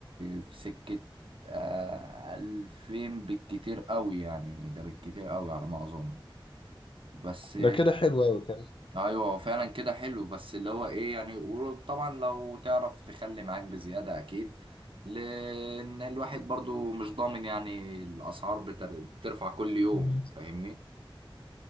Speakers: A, on the right; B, on the left.
A: في سكة آه، ألفين بالكتير قوي يعني ده بالكتير قوي على ما أظن بس
B: ده كده حلو قوي كده
A: ايوه هو فعلا كده حلو بس اللي هو ايه يعني وطبعا لو تعرف تخلي معاك بزيادة اكيد لان الواحد برضو مش ضامن يعني الاسعار بتر... بترفع كل يوم
B: مم.
A: فاهمني